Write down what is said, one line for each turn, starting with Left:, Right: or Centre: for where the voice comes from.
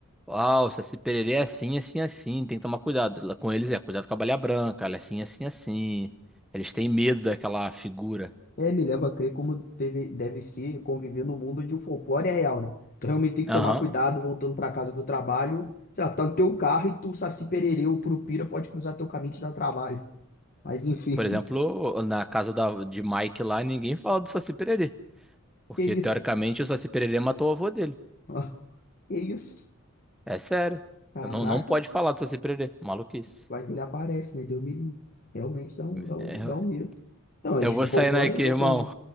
Centre: Uau, Saci Pererê é assim, assim, assim. Tem que tomar cuidado. Lá Com eles é, cuidado com a Baleia Branca, ela é assim, assim, assim. Eles têm medo daquela figura.
Left: É, me leva a crer como teve, deve ser conviver no mundo onde o folclore é real, né? Tu realmente tem que
Centre: Aham.
Left: tomar cuidado voltando para casa do trabalho. Sei lá, tá no teu carro e tu, Saci Pererê o Curupira pode cruzar teu caminho e te dar trabalho. Mas enfim,
Centre: Por exemplo, na casa da- de Mike lá, ninguém fala do Saci Pererê.
Left: <laughs>
Centre: Porque,
Left: que isso?
Centre: teoricamente, o Saci Pererê matou o avô dele.
Left: Ó, Que isso?
Centre: É sério.
Left: Caraca,
Centre: Não, não pode falar do Saci Pererê. Maluquice.
Left: vai que ele aparece, né? Deus me livre. Realmente dá um, dá
Centre: É,
Left: um, dá um medo. Não, mas
Centre: eu vou
Left: o folclore
Centre: sair daqui,
Left: é medonho.
Centre: irmão.